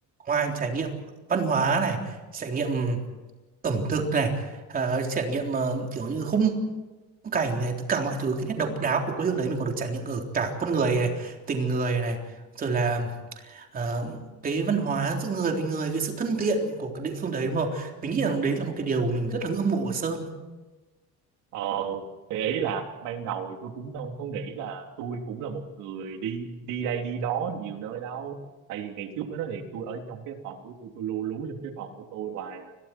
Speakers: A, on the right; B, on the right.
A: ngoài trải nghiệm văn hóa này, trải nghiệm ẩm thực này, à, trải nghiệm ờ, kiểu như khung cảnh này, tất cả mọi thứ cái nét độc đáo của quê hương đấy mình còn được trải nghiệm ở cả con người này, tình người này, rồi là ờ, cái văn hóa giữa người với người cái sự thân thiện của cái địa phương đấy đúng không mình nghĩ rằng đấy là một cái điều mình rất là ngưỡng mộ ở Sơn
B: Ờ, thì ý là ban đầu thì tôi cũng đâu có nghĩ là tôi cũng là một người đi đi đây đi đó nhiều nơi đâu tại vì ngày trước đó thì tôi ở trong cái phòng của tôi tôi lu lú trong cái phòng của tôi hoài à.